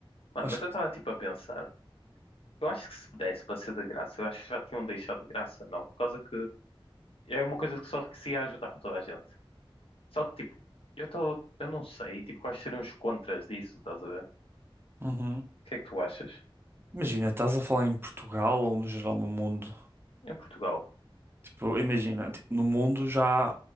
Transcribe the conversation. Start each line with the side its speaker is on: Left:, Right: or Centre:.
Left: Mano,
Right: Acho
Left: mas eu estava
Right: que.
Left: tipo a pensar, eu acho que se desse para ser de graça, eu acho que já tinham deixado de graça, não, por causa que é uma coisa que só que se ia ajudar toda a gente. Só que tipo, eu tô, eu não sei, tipo, quais seriam os contras disso, estás a ver? O
Right: Uhum.
Left: que é que tu achas?
Right: Imagina, estás a falar em Portugal ou no geral no mundo?
Left: Em Portugal,
Right: Tipo, imagina, tipo, no mundo já.